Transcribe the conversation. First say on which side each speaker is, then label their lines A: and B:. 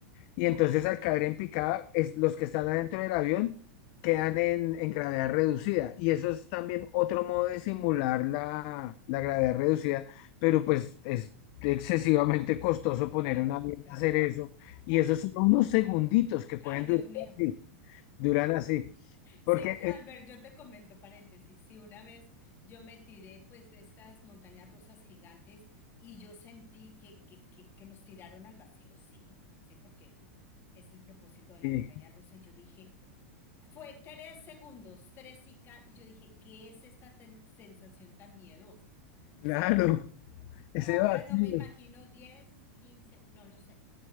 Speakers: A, on the left (about 50°); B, on the left (about 30°).
A: Y entonces al caer en picada, es, los que están adentro del avión quedan en, en gravedad reducida. Y eso es también otro modo de simular la, la gravedad reducida, pero pues es excesivamente costoso poner
B: Claro,
A: un avión
B: claro.
A: a hacer eso. Y
B: <laughs>
A: eso son unos segunditos que pueden
B: Ay, Dios
A: durar
B: mío.
A: así. Durán así. Porque,
B: Sí, Halber,
A: eh,
B: yo te comento paréntesis. Sí, una vez yo me tiré pues de estas montañas rusas gigantes y yo sentí que, que, que, que nos tiraron al vacío, sí, sí, porque es el propósito de la
A: sí,
B: montaña rusa. Y yo dije, fue tres segundos, tres y, ca- y yo dije, ¿qué es esta ten- sensación tan miedosa?
A: claro,
B: ¿Sí?
A: <laughs> ese
B: O ahora
A: vacío.
B: no me imagino 10, 15, no lo sé.